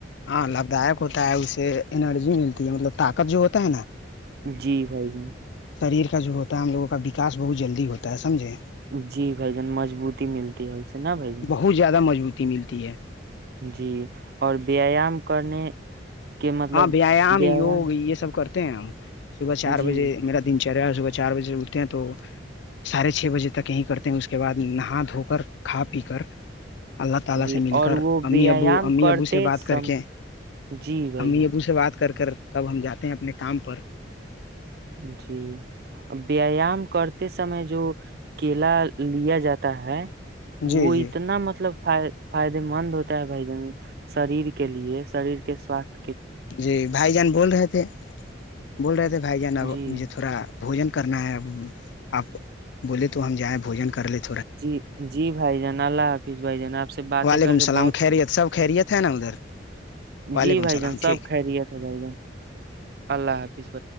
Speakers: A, on the left; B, on the right.
A: ہاں لبیک انرجی ملتی ہے مطلب طاقت جو ہوتا ہے نا
B: جی بھائی جان
A: تاریخ کا جو ہوتا ہے ہم لوگوں کا بیکاز بہت جلدی ہوتا ہے سمجھیں
B: جی بھائی جان مضبوطی ملتی ہے اسے نا بھائی جان
A: بہت زیادہ موجود ڈی ملتی ہے
B: جی اور بے ایام کرنے کہ مطلب
A: یہ
B: ویایام
A: سب کر <inaudible> کرتے ہیں صبح چار
B: جی
A: بجے میرا دن چار بجے اٹھتے ہیں تو ساڑھے چھ بجے تک یہیں کرتے ہیں اس کے بعد ہو کر کھا پی کر اللہ تعالی
B: جی
A: سے مل
B: اور
A: کر
B: وہ
A: امی
B: ویایام
A: ابو امی
B: کرتے
A: ابو سے بات
B: سم
A: کر کے
B: جی بھائی
A: امی
B: جان
A: ابو سے بات کر کر تب ہم جاتے ہیں اپنے کام پر
B: جی ایم پی ایم غور سے میں جو کیلا لیا جاتا ہے
A: جی
B: وہ
A: جی
B: اتنا مطلب بند ہو جائے بھائی جان سریر کے لیے سریر کے ساتھ
A: جی بھائی جان بول رہے تھے بول رہے تھے بھائی جان کو
B: جی
A: یہ تھوڑا بھوجن کرنا ہے اپ بولے تو ہم جو ہے بھوجن کر لی
B: جی جی بھائی جان اللہ حافظ بھائی جان باتیں
A: وعلیکم
B: کر
A: السلام
B: کے بہت
A: خیریت سب خیریت ہے نا ادھر وعلیکم
B: جی بھائی
A: السلام
B: جان
A: ٹھیک
B: سب خیریت ہے بھائی جان اللہ حافظ